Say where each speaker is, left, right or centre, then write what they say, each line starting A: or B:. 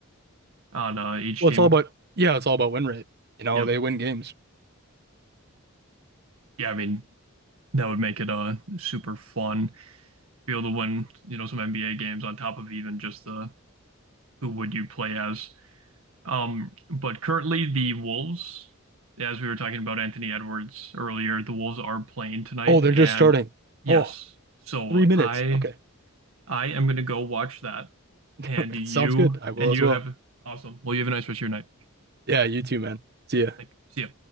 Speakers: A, on the right; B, on the right.
A: on uh, each
B: Well,
A: team.
B: it's all about, yeah, it's all about win rate. You know,
A: Yep.
B: they win games.
A: Yeah, I mean that would make it uh super fun. Be able to win, you know, some NBA games on top of even just the who would you play as Um, but currently the Wolves, as we were talking about Anthony Edwards earlier, the Wolves are playing tonight,
B: Oh, they're
A: and
B: just starting.
A: yes,
B: Oh,
A: so
B: three minutes.
A: I
B: Okay.
A: I am gonna go watch that,
B: <laughs>
A: and you
B: Sounds good. I will
A: and
B: as
A: you
B: well.
A: have awesome. Well, you have a nice rest of your night.
B: Yeah, you too, man. See ya.
A: Like, see ya.